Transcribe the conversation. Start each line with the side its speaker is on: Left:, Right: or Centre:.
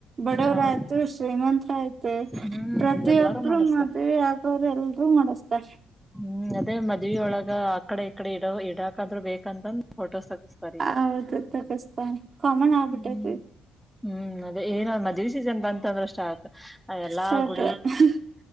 Right: ಬಡವರ
Centre: ಹೌದು
Right: ಆಯ್ತು ಶ್ರೀಮಂತ ಆಯ್ತು
Centre: ಹ್ಮ್
Right: ಪ್ರತಿಯೊಬ್ಬರು
Centre: ಎಲ್ಲಾರು ಮಾಡಸ್ತಾರ
Right: ಮದವಿ ಯಾಕೋ್ರಲ್ಲ ಲ್ಗೂ ಮಾಡಿಸತಾರೆ
Centre: ಹ್ಮ್ ಅದೇ ಮದ್ ಒಳಗ ಆಕಡೆ ಈಕಡೆ ಇಡ ಇಡಾಕಾದ್ರು ಬೇಕಂತಂದ ಫೋಟೋಸ್ ತಗಸ್ತಾರ ಈಗ
Right: ಹೌದು ತಪಸ್್ತ ಕಾಮನ್ ಆಗ್ಬಿಟ್ಟೈತ್
Centre: ಹ್ಮ್ ಹ್ಮ್ ಅದೇ ಏನ ಮದ್ೆ ಸೀಸನ್ ಬಂತ ಅಂದ್ರೆ ಸ್ಟಾಕ್ ಎಲ್ಲಾ
Right: ಸಾಕು
Centre: ಗುಡಿ
Right: ಅಷ್ಟೇ